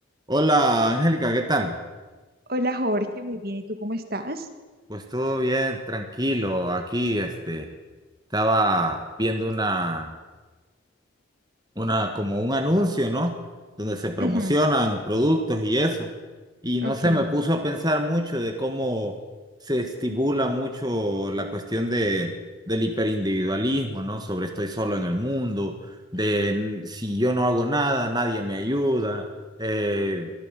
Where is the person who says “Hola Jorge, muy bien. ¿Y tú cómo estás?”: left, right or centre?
Right